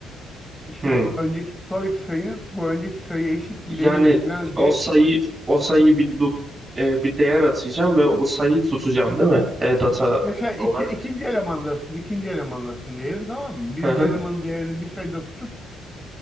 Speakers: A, in the centre; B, on the right (about 30°).
A: işte
B: Hı.
A: önceki sonraki sayının bu önceki sayıya eşit
B: Yani
A: mi değil mi falan
B: o
A: diye
B: sayı o sayıyı bir loop e, bir değer atacağım ve o sayıyı tutacağım değil mi? E, data
A: mesela iki,
B: olarak.
A: ikinci elemandasın ikinci elemandasın diyelim tamam mı? Birinci
B: Hı hı.
A: elemanın değerini bir sayıda tutup